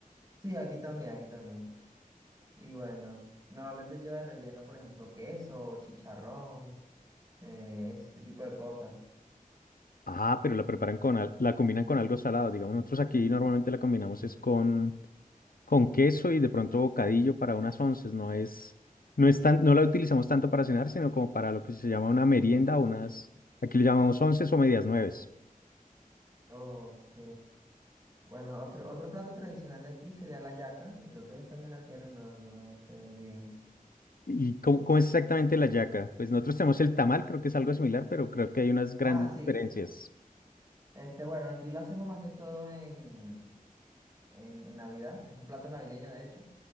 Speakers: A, on the right; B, on the left.
A: Sí, aquí también, aquí también. Y bueno, normalmente lleva de relleno, por ejemplo, queso, chicharrón, eh, ese tipo de cosas.
B: Ah, pero la preparan con, al- la combinan con algo salado. Digamos, nosotros aquí normalmente la combinamos es con, con queso y de pronto bocadillo para unas onces. No es, no es tan, no la utilizamos tanto para cenar, sino como para lo que se llama una merienda, unas, aquí le llamamos onces o medias nueves.
A: Ok. Bueno, otro, otro plato tradicional de aquí sería la yaca, que creo que ellos también la tienen, no, no sé bien.
B: ¿Y cómo, cómo es exactamente la yaca? Pues nosotros tenemos el tamal, creo que es algo similar, pero creo que hay unas grandes
A: Ah, sí.
B: diferencias.
A: sí. Este, bueno, aquí lo hacemos más que todo en, en, en Navidad. Es un plato navideño, de hecho.